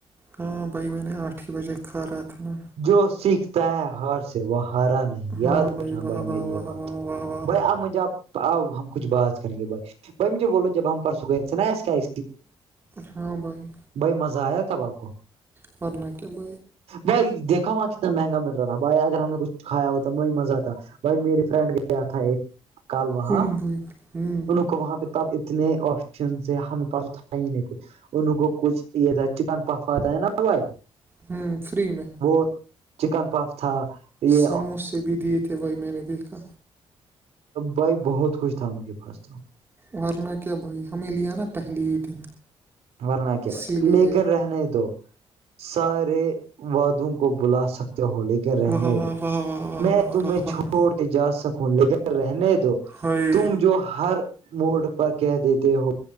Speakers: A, on the right; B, on the right.
A: ہاں بھائی میں نے آٹھ ہی بجے کھا رہا تھا نا
B: جو سیکھتا ہے ہار سے وہ ہارا نہیں
A: ہاں
B: یاد رکھنا
A: واہ
B: بھائی
A: واہ
B: میری
A: واہ
B: یہ بات
A: واہ واہ واہ
B: بھ آپ مجھے اب ہم کچھ بات کر گے بھائی بائی مجھے بولو جب ہم پرسوں گئے س نس کیای
A: ہاں بھائیائی
B: بھائی مزہ آیا تھاب آپ کو
A: پرورنا کیا ب
B: بھائی دیکھا وہاں کتنا مہنگا مل رہا تھا بھائی اگر ہم نے کچھ کھا ہو تو وہ ہی مزہ آتا وہی میری فرینڈ گیا تھا ایک کال وہاں
A: ہوں بھائی ہوں
B: ان کو وہاں پہ ب اتنے آپشن سے ہے ہمیں پاس ا تھا ہی نہیں کچھ ان کو کچھ یہ تھا چکن پاپا ہے نا بھائی
A: ہوں فری میں
B: وہ چکن پاپ تھا یہ
A: سموسے بھی دیے تھے بھائی میں نے دیکھا
B: بھائی بہت کچھ تھا ان کے پاس تو
A: ورنا کیا بھائی ہمیں لیا نا پہلے ہی دن
B: <unintelligible>
A: اسی لیے
B: سارے ودوں کو بلا سکتے ہو لیکن رہنے
A: واہ واہ
B: دو
A: واہ واہ
B: میں
A: واہ
B: تمہیں
A: واہ واہ واہ
B: چھوڑ کے جا سکوں لیکن رہنے دو <unintelligible>
A: ہائے
B: تم جو ہر موڈ پر کہہ دیتے ہو